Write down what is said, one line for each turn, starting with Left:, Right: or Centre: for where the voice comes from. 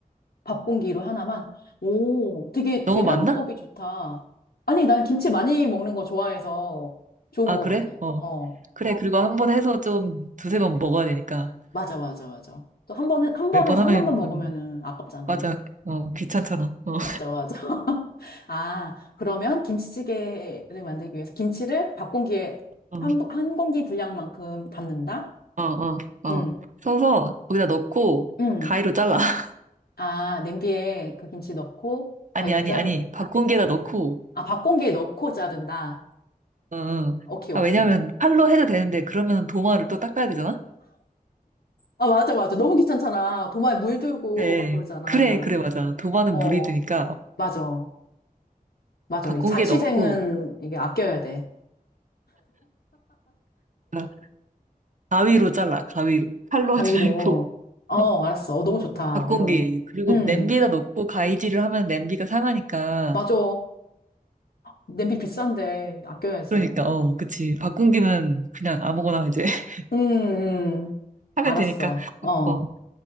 Left: 밥 공기로 하나만. 오, 되게
Right: 너무
Left: 계량법이
Right: 많나?
Left: 좋다. 아니, 난 김치 많이 먹는 거 좋아해서 좋은
Right: 아,
Left: 것
Right: 그래?
Left: 같아.
Right: 어.
Left: 어.
Right: 그래, 그리고 한번 해서 좀 두세 번 먹어야 되니까.
Left: 맞아, 맞아, 맞아. 또 한 번, 한 번에서
Right: 몇 번 하면,
Left: 한 번만 먹으면은
Right: 어,
Left: 아깝잖아.
Right: 맞아. 어, 귀찮잖아. 어,
Left: 맞아, 맞아. <laughs> 아, 그러면 김치찌개를 만들기 위해서 김치를 밥 공기에
Right: 어,
Left: 한, 부- 한 공기 분량만큼 담는다?
Right: 어, 어. 어.
Left: 응,
Right: 서서 거기다 넣고,
Left: 응.
Right: 가위로 잘라. <laughs>
Left: 아, 냄비에 그 김치 넣고 가위로
Right: 아니, 아니,
Left: 자르고.
Right: 아니. 밥 공기에다 넣고,
Left: 아, 밥 공기에 넣고 자른다.
Right: 어, 어.
Left: 오케이, 오케이.
Right: 아, 왜냐면 칼로 해도 되는데, 그러면 도마를 또 닦아야 되잖아?
Left: 아, 맞아, 맞아. 너무 귀찮잖아. 도마에 물 들고
Right: 네
Left: 막 그러잖아.
Right: 그래, 그래, 맞아. 도마는
Left: 어,
Right: 물이 드니까
Left: 맞아. 맞아.
Right: 밥
Left: 이
Right: 공기에
Left: 자취생은
Right: 넣고,
Left: 이게 아껴야 돼.
Right: 아, 가위로 잘라, 가위로. 칼로
Left: 가위로.
Right: 하지 말고.
Left: 어,
Right: <laughs>
Left: 알았어. 어, 너무 좋다.
Right: 밥고기.
Left: 이런.
Right: 그리고
Left: 음,
Right: 냄비에다 넣고 가위질을 하면 냄비가 상하니까.
Left: 맞아. 냄비 비싼데 아껴야지,
Right: 그러니까,
Left: 이거를.
Right: 어, 그치. 밥고기는 그냥 아무거나 이제 <laughs>
Left: 음, 음.
Right: 하면
Left: 알았어.
Right: 되니까.
Left: 어.
Right: 어,